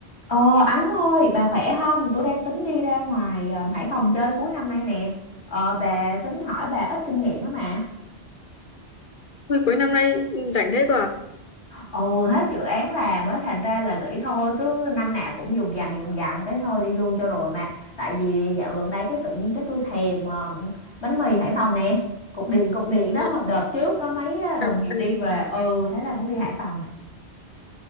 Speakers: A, on the left; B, on the left.
A: Ờ Ánh ơi, bà khỏe không? Tôi đang tính đi ra ngoài ờ, Hải Phòng chơi cuối năm nay nè. Ờ, bà tính hỏi bà ít kinh nghiệm á mà.
B: Ôi, cuối năm nay ừ, rảnh thế cơ à?
A: Ừ, hết dự án làm á, thành ra là nghĩ thôi, cứ năm nào cũng dùng dằng dùng dằng cái thôi đi luôn cho rồi mà. Tại vì dạo gần đây cái tự nhiên cái tôi thèm ờ, bánh mì Hải Phòng nè. Cục điện cục điện đó
B: Ừ,
A: hồi đợt trước có mấy ờ, đồng
B: ừ,
A: nghiệp
B: ừ.
A: đi về. Ừ, thế là muốn đi Hải Phòng.